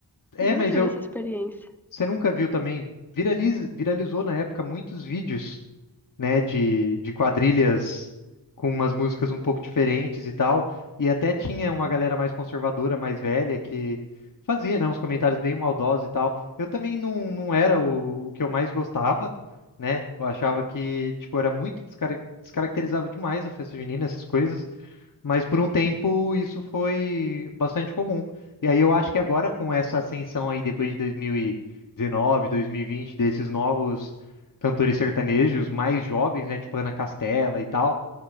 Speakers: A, on the left; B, in the centre.
A: É,
B: Não
A: mas
B: tive
A: eu,
B: essa experiência.
A: você nunca viu também, viraliz, viralizou na época muitos vídeos né, de, de quadrilhas com umas músicas um pouco diferentes e tal. E até tinha uma galera mais conservadora, mais velha, que fazia, né, uns comentários bem maldosos e tal. Eu também não, não era o, o que eu mais gostava, né? Eu achava que, tipo, era muito descara- descaracterizava demais a festa junina, essas coisas. Mas por um tempo isso foi bastante comum. E aí eu acho que agora com essa ascensão aí depois de 2019, 2020, desses novos cantores sertanejos mais jovens, né, tipo Ana Castela e tal,